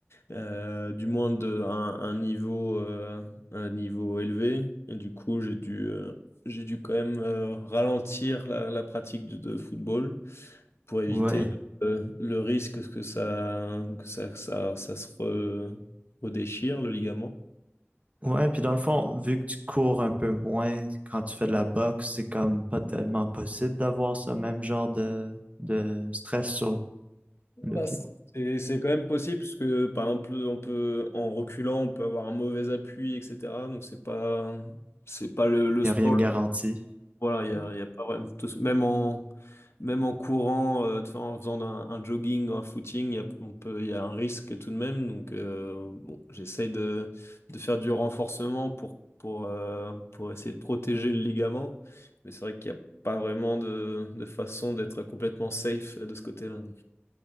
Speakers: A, on the left; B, on the right.
A: euh, du moins de un, un niveau, euh, un niveau élevé. Et du coup, j'ai dû, euh, j'ai dû quand même euh, ralentir la, la pratique de, de football pour éviter
B: Ouais.
A: le, le risque que ça, que ça, que ça, ça se re- redéchire, le ligament.
B: Ouais, puis dans le fond, vu que tu cours un peu moins, quand tu fais de la boxe, c'est comme pas tellement possible d'avoir ce même genre de, de stress sur
A: Bah,
B: le pied.
A: c'est c'est quand même possible, parce que par exemple, on peut, en reculant, on peut avoir un mauvais appui, etc. Donc c'est pas, c'est pas le, le
B: Il n'y
A: sport.
B: a rien de garanti.
A: Voilà, il y
B: Ouais.
A: a, il y a pas vraiment- de toute façon, même en même en courant, euh, de- en faisant un, un jogging ou un footing, il y a, on peut, il y a un risque tout de même. Donc euh, bon, j'essaye de, de faire du renforcement pour pour euh, pour essayer de protéger le ligament, mais c'est vrai qu'il n'y a pas vraiment de, de façon d'être complètement safe de ce côté-là.